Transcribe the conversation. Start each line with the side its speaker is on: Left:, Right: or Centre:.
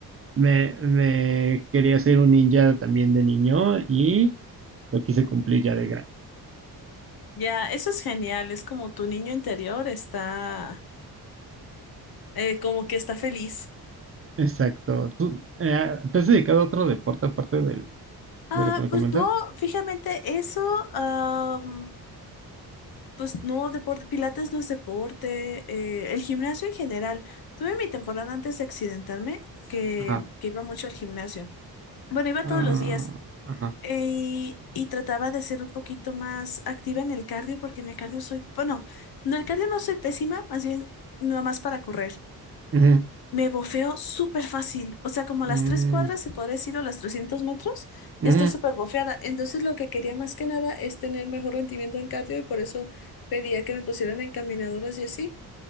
Right: me, me quería ser un ninja también de niño y lo quise cumplir ya de grande.
Left: Ya, eso es genial. Es como tu niño interior está, eh, como que está feliz.
Right: Exacto. ¿Tú eh, te has dedicado a otro deporte aparte del-
Left: Ah,
Right: de lo que me
Left: pues
Right: comentas?
Left: no, fíjate, eso, am, pues no, deporte, Pilates no es deporte, eh, el gimnasio en general. Tuve mi temporada antes de accidentarme que,
Right: Ajá.
Left: que iba mucho al gimnasio. Bueno, iba
Right: Ah,
Left: todos los días.
Right: ajá.
Left: E- Y, y trataba de ser un poquito más activa en el cardio, porque en el cardio soy, bueno, no, el cardio no soy pésima, más bien nada más para correr.
Right: Ujú.
Left: Me bofeo súper fácil, o sea, como
Right: Mm,
Left: las tres cuadras se podría decir o las 300 metros,
Right: ujú.
Left: ya estoy súper bofeada. Entonces lo que quería más que nada es tener mejor rendimiento en cardio y por eso pedía que me pusieran en caminadoras y así,